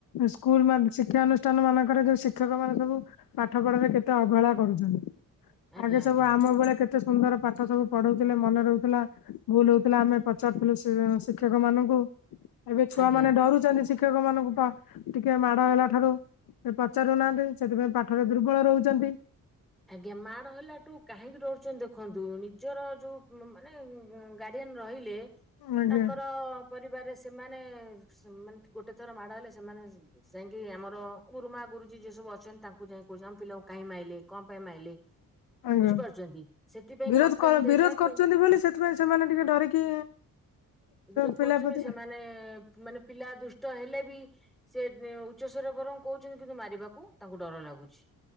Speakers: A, on the left (about 85°); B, in the centre.
A: ସ୍କୁଲ ମାନ ଶିକ୍ଷାନୁଷ୍ଠାନ ମାନଙ୍କରେ ଯୋଉ ଶିକ୍ଷକ ମାନେ ସବୁ ପାଠ ପଢାରେ କେତେ ଅବହେଳା କରୁଚନ୍ତି?
B: ଆଜ୍ଞା
A: ଆଗେ ସବୁ
B: ଆଜ୍ଞା
A: ଆମ ବେଳେ କେତ ଏତେ ସୁନ୍ଦର ପାଠ ସବୁ ପଢଉଥିଲେ ମନେ ରହୁଥିଲା। ଭୁଲ ହଉଥିଲା ଆମେ ପଚାରୁଥିଲୁ ସି ଇ ଶି କ୍ଷକ ମାନଙ୍କୁ ଏବେ ଛୁଆ
B: ଆଜ୍ଞା
A: ମାନେ ଡରୁଚନ୍ତି ଶିକ୍ଷ କ୍ଷକ ମାନଙ୍କୁ ପା ଟିକେ ମାଡ ହେଲା ଠାରୁ। ସେ ପଚାରୁନାହାଁନ୍ତି ସେଥିପାଇଁ ପାଠରେ ଦୁର୍ବଳ ରହୁଚନ୍ତି।
B: ଆଜ୍ଞା ମାଡ ହେଲାଠୁ କାହିଁକି ଡରୁଚନ୍ତି ଦେଖନ୍ତୁ ନିଜର ଯୋଉ ମୁ ମାନେ ଗାର୍ଡିଆନ ରହିଲେ
A: ଆଜ୍ଞା
B: ତାଙ୍କର ପରିବାରରେ ସେମାନେ ଶ୍ ମାନେ ଗୋଟେ ଥର ମାଡ଼ ହେଲେ ସେମାନେ ସ ଯାଇଁକି ଆମର ଗୁରୁମା ଗୁରୁଜୀ ଯିଏ ସବୁ ଅଛନ୍ତି ତାଙ୍କୁ ଯାଇଁ କହୁଚନ୍ତି ଆମ ପିଲାକୁ କାହିଁକି ମାଇଲେ। କଣ ପାଇଁ ମାଇଲେ?
A: ଆଜ୍ଞା
B: ବୁଝିପାରୁଚନ୍ତି ସେଥିପାଇଁ
A: ବିରୋଧ
B: କମ୍ପ୍ଲେନ ଦେଲାଠୁ
A: ବିରୋଧ କରୁଛନ୍ତି
B: ଏମିତି।
A: ବୋଲି ସେଥିପାଇଁ ସେମାନେ ଟିକେ ଡରିକି
B: ବିରୋଧ
A: ପିଲା
B: କରୁଚନ୍ତି
A: ପ୍ରତି
B: ସେମାନେ ମାନେ ପିଲା ଦୁଷ୍ଟ ହେଲେ ବି ସେ ଏ ଉଚ୍ଚ ସ୍ୱର ରେ ବରଂ କହୁଛନ୍ତି କିନ୍ତୁ ମାରିବାକୁ ତାଙ୍କୁ ଡର ଲାଗୁଛି।